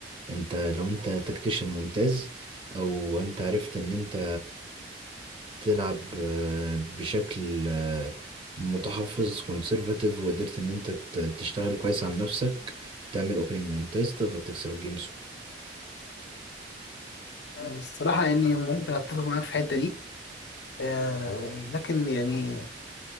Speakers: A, on the right (about 30°); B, on the left (about 70°).
A: انت لو انت تكتيشن ممتاز او انت عرفت ان انت تلعب آه، بشكل آه، متحفظ كونسرفاتيف وقدرت ان انت ت- تشتغل كويس على نفسك تعمل اوبننج ممتاز تقدر تكسب الجيم
B: الصراحة يعني ممكن أتفق معاك في الحتة دي آه لكن يعني